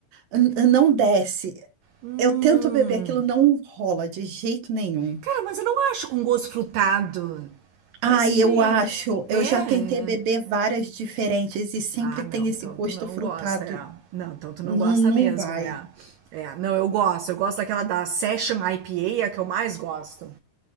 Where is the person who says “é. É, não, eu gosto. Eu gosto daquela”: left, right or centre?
Right